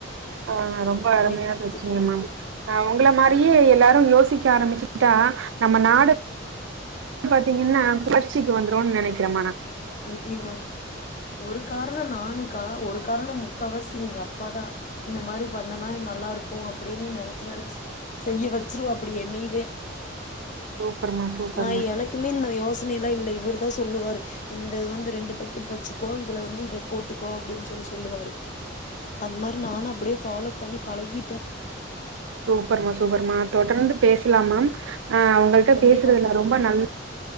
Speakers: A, on the right; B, on the left.
A: ஆ ரொம்ப அருமையா
B: நா
A: இருந்துச்சிங்கம்மா ஆ ஒங்கள மாரி ரியே எல்லாரும் யோசிக்க ஆரம்பிச்சிகிட்டா நம்ம நாடு பாத்தீங்கன்னா பரிச்சிக்கு வந்து து நெனைக்கிறமா நா
B: இதேதா ஒரு காரணோ நானுக்கா ஒரு காரணோ முக்காவாசி இவிங்க அப்பாதா இந்த மாரி பண்ணுனா நல்லா இருக்கு அப்டின்னு நெனைச்சு நெனைச்சு செய்ய வெச்சுருவா அப்படியே நீவே
A: சூப்பர்மா
B: ஏ
A: சூப்பர்மா
B: நா எனக்குமே இந்த யோஸ் யோசனை எல்லா இல்ல இவருதா சொல்லுவாரு இந்தது வந்து ரெண்டு பக்கெட் வச்சுக்கோ இதுல வந்து இத போட்டுக்கோ அப்டின் சொல்லி சொல்லுவாரு அது மாரி நானு அப்டியே ஃப்பாலோ பண்ணிப் பழகிட்ட
A: சூப்பர்மா சூப்பர்மா தொடர்ந்து பேசலாமா ஆ அவங்கள்ட்ட
B: கண்டிப்பாங்க்கா
A: பேசுறதுல ரொம்ப நல்ல